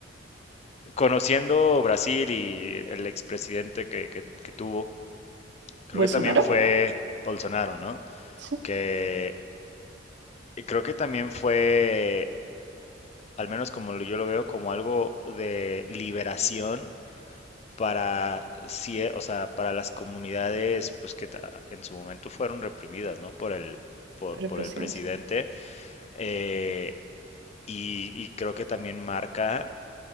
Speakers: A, on the left; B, on the right.
A: conociendo Brasil y el expresidente que, que que tuvo. Creo
B: ¿Bolsonaro?
A: que también fue Bolsonaro, ¿no?
B: Sí,
A: Que creo que también fue, al menos como lo- yo lo veo, como algo de liberación para, cie- o sea, para las comunidades pues que ta- en su momento fueron reprimidas, ¿no? Por el, por,
B: pero
A: por
B: el presidente.
A: el presidente. eh, y, y creo que también marca